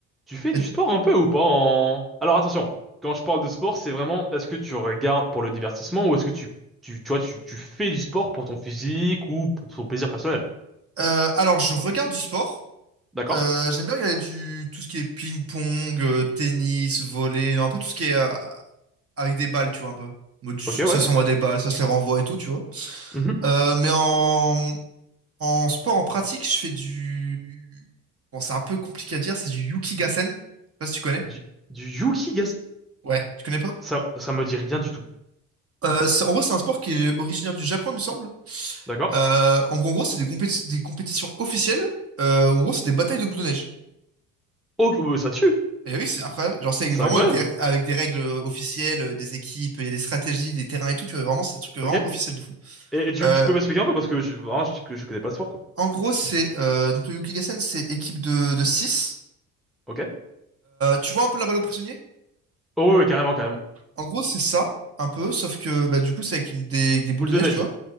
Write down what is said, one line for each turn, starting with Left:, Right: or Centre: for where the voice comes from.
Centre: Tu fais
Right: Euh,
Centre: du sport un peu ou pas en... Alors attention, quand je parle de sport, c'est vraiment est-ce que tu regardes pour le divertissement ou est-ce que tu, tu, tu vois, tu, tu fais du sport pour ton physique ou pour ton plaisir personnel.
Right: euh, alors, je regarde du sport.
Centre: D'accord?
Right: Euh, j'aime bien regarder du tout ce qui est ping-pong, euh, tennis, volley, un peu tout ce qui est euh, avec des balles, tu vois, un peu. Mode,
Centre: Ok,
Right: Ça
Centre: ouais.
Right: s'envoie des balles, ça se les renvoie et tout, tu vois.
Centre: Mhm.
Right: Euh, mais en, en sport, en pratique, je fais du... Bon, c'est un peu compliqué à dire, c'est du Yukigassen. Je sais pas si tu connais.
Centre: Du, du Yuki
Right: Ouais. Tu connais pas?
Centre: Ça, ça me dit rien du tout.
Right: Euh, c'est- en gros, c'est un sport qui est originaire du Japon, il me semble.
Centre: D'accord?
Right: Euh, en gros, c'est des, compéti- des compétitions officielles. euh, où en gros, c'est des batailles de boules de neige.
Centre: Oh, oh, bah, ça tue!
Right: Et oui, c'est incroyable. Genre, c'est
Centre: C'est
Right: vraiment
Centre: incroyable!
Right: avec des, avec des règles euh, officielles, euh, des équipes, il y a des stratégies, des terrains et tout. Tu vois, vraiment, c'est des trucs vraiment
Centre: Ok? Et,
Right: officiels de fou.
Centre: et tu,
Right: Euh,
Centre: tu peux m'expliquer un peu parce que je, vraiment, je, que je connais pas ce sport, quoi.
Right: en gros, c'est... euh, donc, le Yukigassen, c'est équipe de, de 6.
Centre: Ok?
Right: tu vois un peu la balle aux prisonniers?
Centre: Oh, ouais, ouais, carrément, carrément.
Right: En gros, c'est ça, un peu, sauf que bah, du coup, c'est avec une, des, avec des boules
Centre: Boule
Right: de
Centre: de
Right: neige,
Centre: neige.
Right: tu vois.